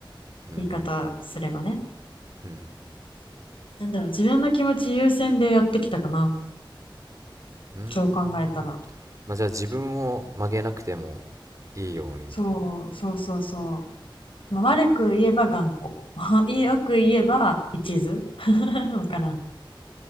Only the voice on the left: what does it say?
言い方すればね
なんだろう自分の気持ち優先でやってきたかな
そう考えたら
そうそうそうそう、まあ、悪く言えば頑固 <laughs> よく言えば一途 <laughs> わからん